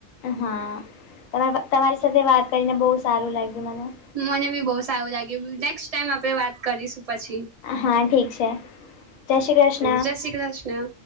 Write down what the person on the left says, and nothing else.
હા તમારી સાથે વાત કરીને બહુ સારું લાગ્યું મને.
હા ઠીક છે જય શ્રી કૃષ્ણ